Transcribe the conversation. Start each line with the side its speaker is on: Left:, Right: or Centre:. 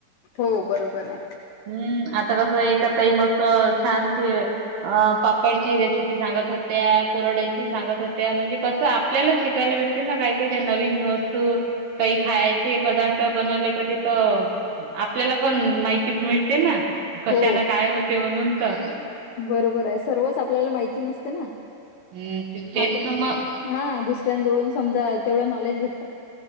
Left: हो बरोबर आहे
Right: हम्म आता कसं एका मस्त छानशी अ पापडची रेसिपी सांगत होत्या कुरड्याची सांगत होत्या म्हणजे कसं आपल्यालाच शिकायला भेटते ना काही का त्या नवीन वस्तू काही खायची पदार्थ बनवले कधी तर, आप आपल्याला पण माहिती मिळते ना कशाना
Left: हो
Right: काय होते म्हणून तर.
Left: बरोबर आहे सर्वच आपल्याला माहिती नसते ना.
Right: हम्म तेच
Left: आपण
Right: ना मग
Left: हा दुसऱ्यां जवळुन समजा तेवढं नॉलेज भेट